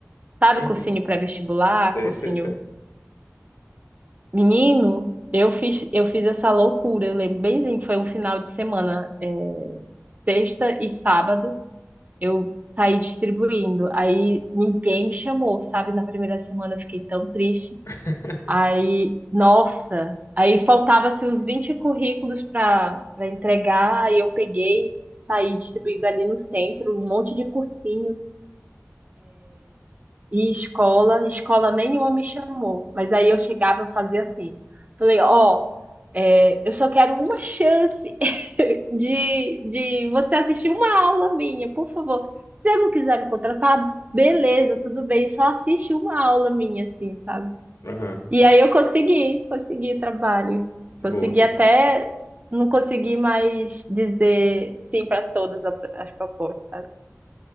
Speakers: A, on the right; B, on the left.
A: Sabe,
B: uhum.
A: cursinho pré-vestibular,
B: Sei,
A: cursinho
B: sei, sei.
A: menino, eu fiz eu fiz essa loucura, eu lembro bemzinho, que foi um final de semana, é, sexta e sábado, eu saí distribuindo. Aí ninguém me chamou, sabe? Na primeira semana eu fiquei tão triste.
B: <laughs>
A: Aí, nossa, aí faltava assim, uns 20 currículos para para entregar, aí eu peguei, saí distribuindo ali no centro, um monte de cursinho. E escola, escola nenhuma me chamou. Mas aí eu chegava e fazia assim. Falei, ó, é, eu só quero uma chance <laughs> de, de você assistir uma aula minha, por favor. Se você não quiser me contratar, beleza, tudo bem, só assiste uma aula minha, assim, sabe?
B: Aham,
A: E aí eu consegui, consegui trabalho.
B: boa.
A: Consegui
B: E-
A: até, não consegui mais dizer sim para todas a- as propostas, sabe?